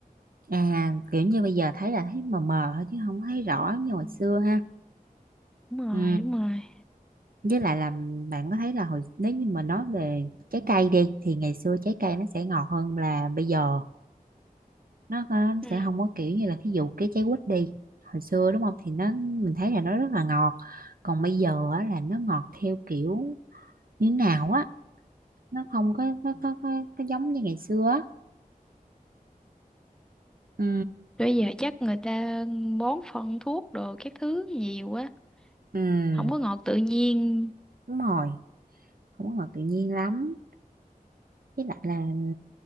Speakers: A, on the right; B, in the centre.
A: À kiểu như bây giờ thấy là thấy mờ mờ thôi chứ không thấy rõ như hồi
B: Ừ.
A: xưa ha.
B: đúng rồi
A: Ừ.
B: đúng rồi
A: với lại là bạn có thấy là hồi nếu như mà nói về trái cây đi thì ngày xưa trái cây nó sẽ ngọt hơn là bây giờ nó, nó
B: Ừ.
A: sẽ không có kiểu như là thí dụ cái trái quýt đi hồi xưa đúng không thì nó mình thấy là nó rất là ngọt còn bây giờ á, là nó ngọt theo kiểu như nào á nó không có có có, có, có giống như ngày xưa á Ừ.
B: Bây giờ chắc người ta bón phân thuốc đồ các thứ nhiều quá,
A: ừ
B: không có ngọt tự nhiên.
A: đúng rồi không có ngọt tự nhiên lắm với lại là